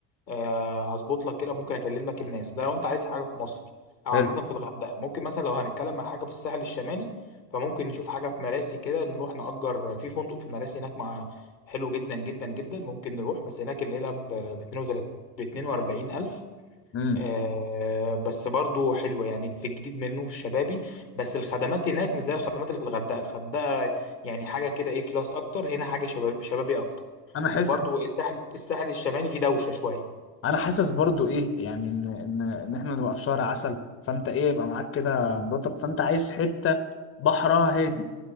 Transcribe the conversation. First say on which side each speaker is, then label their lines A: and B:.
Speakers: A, on the left; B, on the left.
A: أه هظبط لك كده ممكن أكلم لك الناس ده لو أنت عايز حاجة في مصر أو
B: حلو
A: عامة في الغردقة ممكن مثلا لو هنتكلم عن حاجة في الساحل الشمالي فممكن نشوف حاجة في مراسي كده نروح نأجر في فندق في مراسي هناك مع حلو جدا جدا جدا ممكن نروح بس هناك الليلة ب 42 ب 42 ألف
B: امم
A: آه بس برضو حلوة يعني في الجديد منه في الشبابي بس الخدمات هناك مش زي الخدمات اللي في الغردقة الغردقة يعني حاجة كده ايه كلاس أكتر هنا حاجة شباب شبابي أكتر
B: انا حاسس
A: وبرضو الساحل الساحل الشمالي فيه دوشة شوية
B: انا حاسس برضو ايه يعني ان ان ان احنا نبقى في شهر عسل فانت ايه يبقى معاك كده مراتك فانت عايز حته بحرها هادي